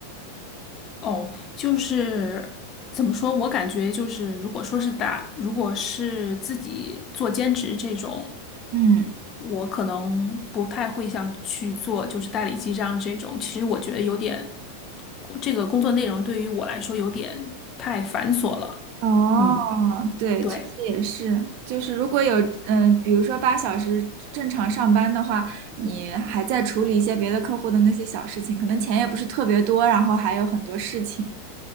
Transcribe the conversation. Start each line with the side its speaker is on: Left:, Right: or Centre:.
Left: 哦，就是怎么说，我感觉就是，如果说是打，如果是自己做兼职这种，
Right: 嗯。
Left: 我可能不太会想去做，就是代理记账这种。其实我觉得有点，这个工作内容对于我来说有点太繁琐了。
Right: 哦，
Left: 嗯，
Right: 对，
Left: 对。
Right: 确实也是，就是如果有，嗯、比如说八小时正常上班的话，你还在处理一些别的客户的那些小事情，可能钱也不是特别多，然后还有很多事情。